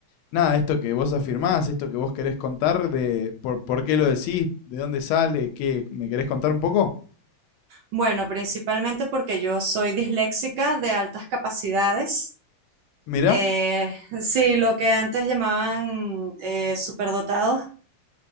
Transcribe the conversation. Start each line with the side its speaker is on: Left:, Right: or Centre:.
Left: nada, esto que vos afirmás, esto que vos querés contar, de por, por qué lo decís, de dónde sale, qué, ¿me querés contar un poco?
Right: Bueno, principalmente porque yo soy disléxica de altas capacidades.
Left: Mirá,
Right: Eh, <laughs> sí, lo que antes llamaban eh, superdotados.